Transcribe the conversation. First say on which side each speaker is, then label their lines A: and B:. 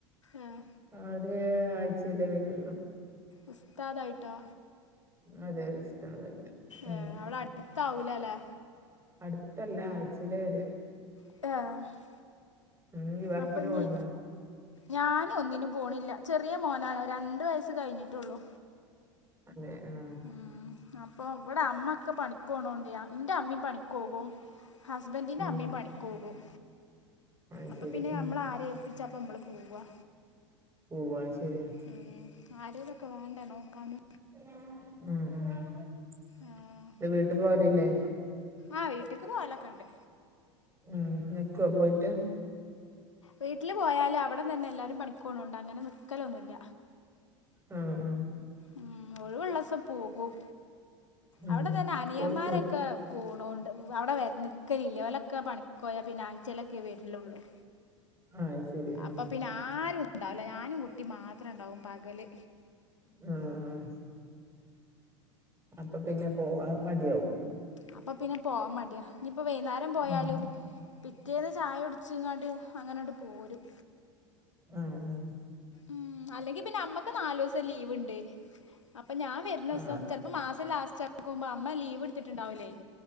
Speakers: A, on the left; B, on the right.
A: ആഹ്
B: അവര് ആഴ്ചേലേ വെരുള്ളൂ
A: ഉസ്താദായിട്ടൊ?
B: അതെ ഉസ്താദായിട്ട് ഉം
A: ഏഹ് അവടെ അട്ത്താവൂലലേ
B: അട്ത്തല്ല ആഴ്ചേലാ വെരാ..
A: അഹ്
B: ഉം ഈ വർക്കിന്
A: അപ്പൊഞ്ഞി
B: പോണ്ടോ
A: ഞാന് ഒന്നിനും പോണില്ല ചെറിയ മോനാണ് രണ്ട് വയസ്സ് കഴിഞ്ഞിട്ടൊള്ളൂ
B: ആഹ്
A: ഉം അപ്പൊ ഇവിടെ അമ്മ ഒക്കെ പണിക്കോണോണ്ടേയ് ഇന്റെ അമ്മേം പണിക്കോകും ഹസ്ബന്റീന്റെ
B: ആഹ്
A: അമ്മേം പണിക്കോകും
B: അത്
A: അപ്പൊ
B: ശരി
A: പിന്നെ
B: ഉം
A: നമ്മൾ ആരേ ഏൽപ്പിച്ചാപ്പ ഞന്മള് പോവാ
B: പോവാ ശരിയാ
A: ഉം ആരേലൊക്കെ വേണ്ടേ നോക്കാന്
B: ഉം ഉം ഉം ഇന്ന്
A: ആഹ്
B: വീട്ട് പോവണില്ലേ?
A: ആഹ്.. വീട്ട്ക്ക് പോലൊക്കെണ്ട്
B: ഉം.. നിക്കോ പോയിട്ട്?
A: വീട്ടില് പോയാലും അവടന്തെന്നെ എല്ലാരും പണിക്കോണോണ്ട് അങ്ങനെ നിക്കലൊന്നുല്ല
B: ഉം ഉം
A: ഉം ഒഴിവ് ഉള്ളസം പോകും
B: ഉം
A: അവടെ തന്നെ അനിയമ്മാരൊക്കെ
B: പോയി പോര്
A: പോണൊണ്ട് അവടെ വര നിക്കലില്ല ഓലൊക്കെ പണിക്കോയ പിന്നെ ആഴ്ചേലൊക്കെ വെര്ലൊള്ളൂ
B: ആഹ് ശരി ആഹ്
A: അപ്പൊ പിന്നെ ആ.. രുണ്ടാവൂല ഞാനും കുട്ടിം മാത്രെ ണ്ടാവും പകല്
B: മം മം അപ്പൊ പിന്നെ പോവാൻ മടിയാവും
A: അപ്പൊ പിന്നെ പോവാൻ മടിയാ ഞ്ഞിപ്പൊ വെയ്ന്നേരം പോയാലും
B: ഉം
A: പിറ്റേന്ന് ചായ കുട് ച്ചിങ്ങാണ്ട് അങ്ങനട് പോരും
B: മം.. മം..
A: ഉം അല്ലെങ്കി പിന്നെ അമ്മക് നാലൂസം ലീവ്ണ്ട് അപ്പൊ ഞാൻ വെര്നൂസം
B: ആഹ്
A: ചെൽപ്പോ മാസം ലാസ്റ്റ് ആകുമ്പോ അമ്മ ലീവ് ഇടുത്ത്ട്ട്ണ്ടാവൂലേയ്